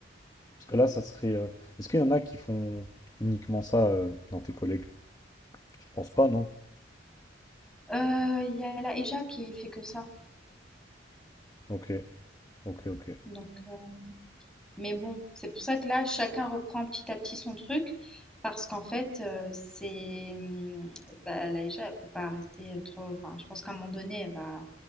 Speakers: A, on the left; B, in the centre.
A: parce que là, ça serait. euh, Est-ce qu'il y en a qui font uniquement ça euh, dans tes collègues? Je pense pas, non?
B: Euh, Il y a la EJA qui fait que ça.
A: Ok, ok, ok.
B: Donc, euh, mais bon, c'est pour ça que là, chacun reprend petit à petit son truc. Parce qu'en fait, euh, c'est. hum, Bah, la EJA, elle peut pas rester trop. Enfin, je pense qu'à un moment donné, elle va